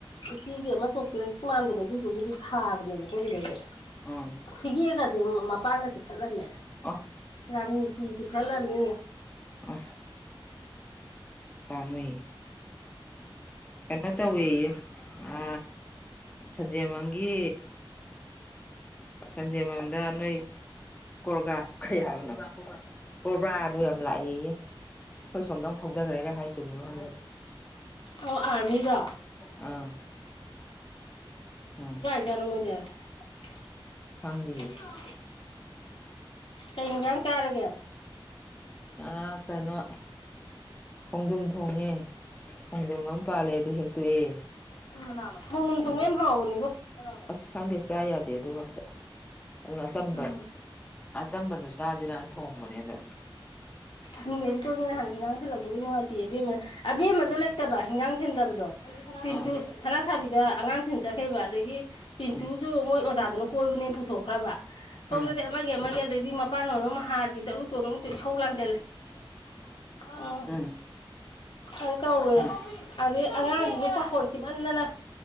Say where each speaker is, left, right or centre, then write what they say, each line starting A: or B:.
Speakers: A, on the left; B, on the left.
A: ꯎꯆꯤꯒꯤ ꯑꯃ ꯆꯣꯀ꯭ꯂꯦꯠ ꯃꯥꯟꯕꯗꯣ ꯑꯗꯨꯗꯨꯕꯨꯗꯤ ꯊꯥꯕꯅꯦꯕꯀꯣ ꯑꯗꯨꯗꯗꯤ
B: ꯎꯝ
A: ꯐꯤꯒꯦꯒꯁꯦ ꯃꯄꯥꯟꯒ ꯆꯤꯛ ꯊꯠꯂꯝꯃꯦ
B: ꯑꯣ
A: ꯔꯥꯅꯤ ꯐꯤ ꯆꯤꯛ ꯊꯠꯂꯝꯃꯤ
B: ꯑꯁ ꯄꯥꯝꯃꯨꯏ ꯀꯩꯅꯣ ꯇꯧꯋꯤꯌꯦ ꯑ ꯁꯟꯖꯦꯟꯕꯝꯒꯤ ꯁꯟꯖꯦꯟ ꯕꯝꯗ ꯅꯣꯏ ꯀꯣꯔꯣꯔꯒ꯭ꯔ ꯀꯩ ꯍꯥꯏꯕꯅꫭ ꯀꯣꯔꯕꯥꯔꯥꯗꯣ ꯌꯥꯝ ꯂꯥꯛꯑꯦꯌꯦ ꯑꯩꯈꯣꯏ ꯁꯣꯝꯗ ꯃꯨꯛ ꯊꯧꯗꯈ꯭ꯔꯦꯒ ꯍꯥꯏ ꯆꯨꯝꯃꯤꯕ ꯈꯪꯗꯦ
A: ꯑꯧ ꯑꯥꯔꯃꯤꯗꯣ
B: ꯎꯝ ꯑꯥ ꯎꯝ
A: ꯌꯥꯔꯝꯃꯣꯏꯗ <unintelligible>
B: ꯈꯪꯗꯤꯌꯦ
A: ꯀꯩ ꯌꯦꯟꯖꯥꯡ ꯆꯥꯔꯒꯦ
B: ꯑꯥ ꯀꯩꯅꯣ ꯈꯣꯡꯗꯨꯝ ꯊꯣꯡꯉꯦ ꯈꯣꯡꯗꯨꯝ ꯑꯃ ꯄꯥꯜꯂꯦ ꯑꯗꯨ ꯍꯦꯛꯇꯣꯛꯑꯦ
A: ꯀꯅꯥꯅꫭ ꯈꯣꯡꯗꯨꯝ ꯊꫭꯡꯕ
B: ꯑꯗꯨ
A: ꯌꯥꯝ ꯍꯥꯎꯕꯅꯤꯀꯣ ꯀꯅꯥꯅꫭ
B: ꯑꯁ ꯈꯪꯗꯦ ꯆꯥ ꯌꯥꯗꯦ ꯑꯗꯨꯒ ꯑꯝꯇ ꯑꯗꯨꯅ ꯑꯆꯝꯕ
A: ꯎꯝ
B: ꯑꯆꯝꯕꯗꫭ ꯆꯥꯁꯤꯔꯅ ꯊꯣꯡꯕꯅꯦ ꯑꯗ
A: ꯈꯪꯗꯦ ꯑꯩꯁꯨ ꯏꯇꯣꯏꯒꯤ ꯅꯍꯥꯟ ꯍꯤꯟꯖꯥꯡ ꯊꯤꯜꯂꯛꯇꯗꯕꯒꯤ ꯅꯨꯡꯉꯥꯏꯇꯦ ꯑꯕꯦꯝꯃꯅ ꯑꯕꯦꯝꯃꯁꯨ ꯂꯩꯇꯕ ꯍꯤꯟꯖꯥꯡ ꯊꯤꯟꯗꯕꯗꯣ ꯄꯤꯟꯇꯨ
B: ꯑꯥ
A: ꯁꯅꯥ ꯁꯥꯕꯤꯗ ꯑꯉꯥꯡꯁꯤꯡ ꯆꯠꯈꯩꯕ ꯑꯗꯒꯤ ꯄꯟꯇꯨꯁꯨ
B: ꯎꯝ
A: ꯃꯣꯏ ꯑꯣꯖꯥꯗꯨꯅ ꯀꯣꯏꯕꯅꯦꯅ ꯄꯨꯊꯣꯛꯈ꯭ꯔꯕ ꯁꯣꯝꯗꯗꯤ
B: ꯎꯝ
A: ꯑꯃꯒꯤ ꯑꯃꯒꯤ ꯑꯗꯩꯗꯤ ꯃꯄꯥꯟ ꯃꯔꫭꯟ ꯑꯃ ꯍꯥꯔꯒꯤ ꯆꯠꯂꯨ ꯆꯣꯠꯂꯨ ꯑꯃꯨꯛꯁꯨ ꯏꯁꯧ ꯂꯥꯡꯁꯤꯟꯂꯦ <unintelligible> ꯑ
B: ꯎꯝ
A: ꯈꯔꯁꯨ ꯇꯧꯋꯦ
B: ꯎꯝ
A: ꯑꯗꯩ ꯑꯉꯥꯡꯁꯤꯁꯨ ꯄꯥꯈꫭꯟ ꯁꯤꯃꯟꯗꯅ